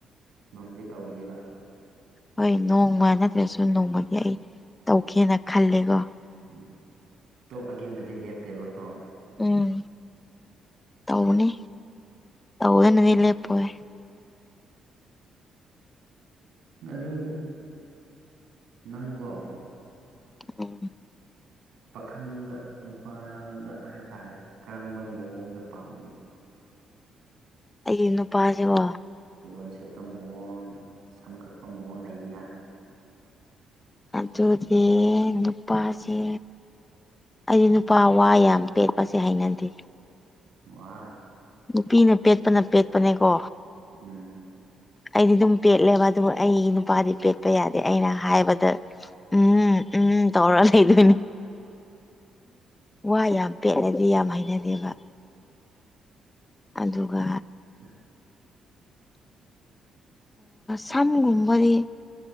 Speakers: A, on the right (about 75°); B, on the left (about 20°).
A: ꯉꯝꯂꯗꯤ ꯇꯧꯅꯦꯕ
B: ꯍꯣꯏ ꯅꯣꯡꯃ ꯅꯠꯇ꯭ꯔꯁꯨ ꯅꯣꯡꯃꯗꯤ ꯑꯩ ꯇꯧꯒꯦꯅ ꯈꯜꯂꯦꯀꯣ
A: ꯎꯝ ꯇꯣꯛꯑꯒꯦꯟꯅꯗꯤ ꯂꯦꯞꯇꯦꯕꯀꯣ
B: ꯎꯝ ꯇꯧꯅꯤ ꯇꯧꯗꯅꯗꯤ ꯂꯦꯞꯄꯣꯏ
A: ꯑꯗꯨ ꯅꯪꯀꯣ
B: ꯎꯝ
A: ꯄꯥꯈꯪꯗ ꯅꯨꯄꯥꯗ ꯍꯥꯏꯕ ꯇꯥꯔꯦ ꯀꯔꯝꯕ ꯃꯑꯣꯡꯗ ꯄꯥꯝꯒꯦ
B: ꯑꯩꯒꯤ ꯅꯨꯄꯥꯁꯤꯕꯣ
A: ꯐꯤꯔꯣꯟ ꯁꯦꯠꯄ ꯃꯑꯣꯡ ꯁꯝ ꯀꯛꯄꯥ ꯃꯑꯣꯡ ꯂꯩꯗꯅ
B: ꯑꯗꯨꯗꯤ ꯅꯨꯄꯥꯁꯦ ꯑꯩꯗꯤ ꯅꯨꯄꯥ ꯋꯥ ꯌꯥꯝ ꯄꯦꯠꯄꯁꯦ ꯍꯩꯅꯗꯦ
A: ꯋꯥ
B: ꯅꯨꯄꯤꯅ ꯄꯦꯠꯄꯅ ꯄꯦꯠꯄꯅꯦꯀꯣ
A: ꯎꯝ
B: ꯑꯩꯗꯤ ꯑꯗꯨꯝ ꯄꯦꯠꯂꯦꯕ ꯑꯗꯨꯒ ꯑꯩꯒꯤ ꯅꯨꯄꯥꯗꯤ ꯄꯦꯠꯄ ꯌꯥꯗꯦ ꯑꯩꯅ ꯍꯥꯏꯕꯗ ꯎꯝ ꯎꯝ ꯇꯧꯔꯂ ꯏꯗꯣꯏꯅꯦ ꯋꯥ ꯌꯥꯝ ꯄꯦꯠꯂꯗꯤꯦ ꯌꯥꯝ ꯍꯩꯅꯗꯦꯕ ꯑꯗꯨꯒ
A: ꯎ
B: ꯁꯝꯒꯨꯝꯕꯗꯤ